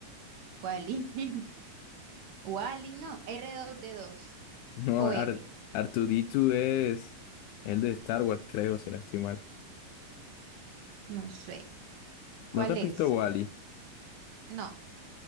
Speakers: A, on the right (about 65°); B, on the left (about 80°).
A: Wally. <laughs> Wally, no. r dos d dos
B: No,
A: o
B: r
A: Eve.
B: 2 es el de Star Wars, creo, si no estoy mal.
A: No sé. ¿Cuál
B: ¿No te has
A: es?
B: visto Wally?
A: No.